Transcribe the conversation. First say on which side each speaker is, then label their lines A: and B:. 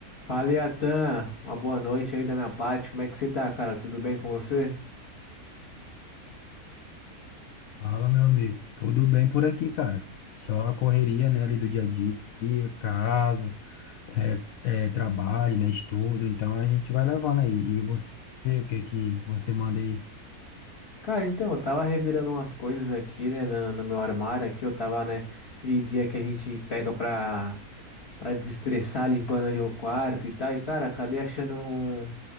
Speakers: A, on the left (about 45°); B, on the left (about 70°).
A: Fala, Iatan. Uma boa noite aí da minha parte. Como é que você tá, cara? Tudo bem com você?
B: Fala, meu amigo. Tudo bem por aqui, cara? Só a correria, né, ali do dia a dia, casa, é, é, trabalho, né, estudo. Então a gente vai levando aí. E você, o que que você manda aí?
A: Cara, então, eu tava revirando umas coisas aqui, né, na- no, meu armário aqui, eu tava, né, aquele dia que a gente pega pra, pra desestressar, limpando ali o quarto e tal, e cara, acabei achando um,